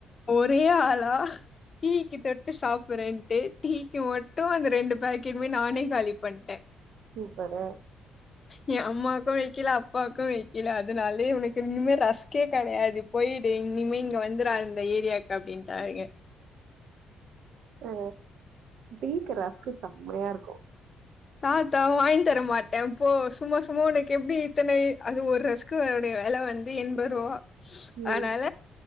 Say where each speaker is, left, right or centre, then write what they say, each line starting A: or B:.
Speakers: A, on the left; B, on the right.
A: ஒரே ஆளா டீக்கு தொட்டு சாப்புறேன்ட்டு டீக்கு மட்டு அந்த ரெண்டு பேக்கெட்மே நானே காலி பண்ட்டே
B: சூப்பரு
A: ஏ அம்மாக்கு வைக்கல அப்பாக்கு வைக்கல அதனாலயே உனக்கு இனிமே ரஸ்கே கெடையாது போயி்டு இனிமே இங்க வந்துரா இந்த ஏரியா அப்டின்டாருங்க
B: ஆ டீக்கு ரஸ்கு செம்மயா இருக்கு
A: தாத்தா வாங் தர மாட்டே போ சும்மா சும்மா உனக்கு எப்டி இத்தனை அது ஒரு ரஸ்க்கு உடய வெல வந்து எம்பருபா
B: ம்
A: ஆனால